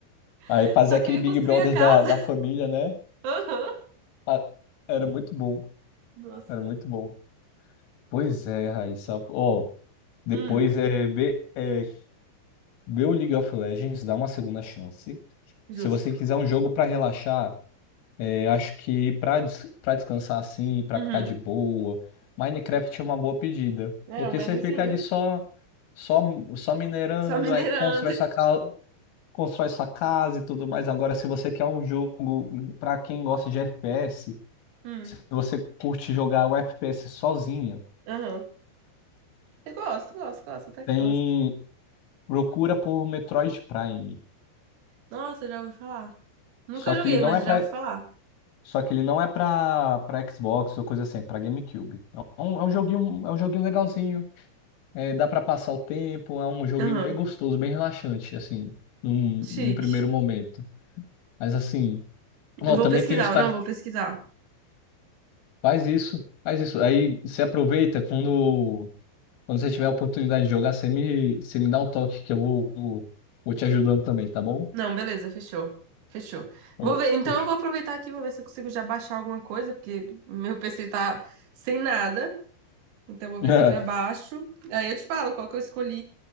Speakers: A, on the left; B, on the right.
A: Aí
B: <laughs>
A: fazer
B: Só
A: aquele
B: queria
A: Big
B: construir
A: Brother
B: a casa.
A: da, da família, né?
B: Aham.
A: Ah, Era muito bom,
B: Nossa.
A: era muito bom. Pois é, Raíssa. Ó, depois
B: Hum,
A: é, be- é Vê o League of Legends, dá uma segunda chance.
B: justo.
A: Se você quiser um jogo pra relaxar, é, acho que pra des para descansar assim, pra
B: Uhum.
A: ficar de boa, Minecraft é uma boa pedida,
B: É,
A: porque
B: o manizinho.
A: você fica ali só só só minerando,
B: Só minerando.
A: aí constrói sua casa, constrói sua casa e tudo mais. Agora, se você quer um jogo pra quem gosta de FPS,
B: Hum,
A: se você curte jogar o FPS sozinha,
B: aham. Eu gosto, gosto, gosto, até que
A: tem
B: gosto.
A: procura por Metroid Prime.
B: Nossa, já ouvi falar. Nunca
A: Só
B: joguei,
A: que ele não
B: mas
A: é pra
B: já ouvi falar.
A: Só que ele não é pra, pra Xbox ou coisa assim, é pra GameCube. É um, é um joguinho, é um joguinho legalzinho. É, dá pra passar o tempo, é um joguinho
B: Aham.
A: bem gostoso, bem relaxante, assim, num,
B: Chique.
A: num primeiro momento. Mas assim, ó,
B: Eu Vou
A: também
B: pesquisar,
A: tem o Star.
B: não, vou pesquisar.
A: Faz isso, faz isso. Aí você aproveita quando, quando você tiver a oportunidade de jogar, você me, você me dá um toque que eu vou, vou, vou te ajudando também, tá bom?
B: Não, beleza, fechou. Fechou.
A: Eu-
B: Vou ver. Então
A: deixa-
B: eu vou aproveitar aqui, vou ver se eu consigo já baixar alguma coisa, porque meu PC tá sem nada. Então eu vou
A: <laughs>
B: ver se eu já baixo. Aí eu te falo qual que eu escolhi